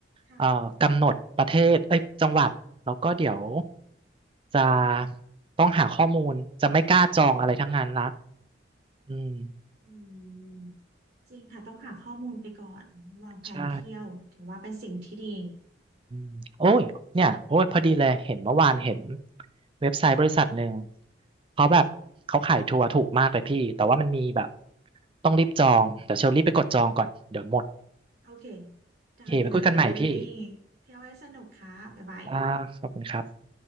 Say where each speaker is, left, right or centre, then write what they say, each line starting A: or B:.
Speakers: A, on the right; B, on the right.
A: ค่ะ
B: เอ่อกำหนดประเทศเอ้ยจังหวัดแล้วก็เดี๋ยวจะต้องหาข้อมูลจะไม่กล้าจองอะไรทั้งนั้นละอืม
A: อืมจริงค่ะต้องหาข้อมูลไปก่อนวางแผนเที่ยวถือว่าเป็นสิ่งที่ดี
B: ใช่อืมโอ้ยเนี่ยโอ้ยพอดีเลยเห็นเมื่อวานเห็นเว็บไซต์บริษัทหนึ่งเขาแบบเขาขายทัวร์ถูกมากเลยพี่แต่ว่ามันมีแบบต้องรีบจองเดี๋ยวเชลรีบไปกดจองก่อนเดี๋ยวหมด
A: โอเค
B: โอเคไปคุยกันใหม่พี่
A: ได้เลย เที่ยวให้สนุกค่ะบ๊ายบาย
B: อ่าขอบคุณครับ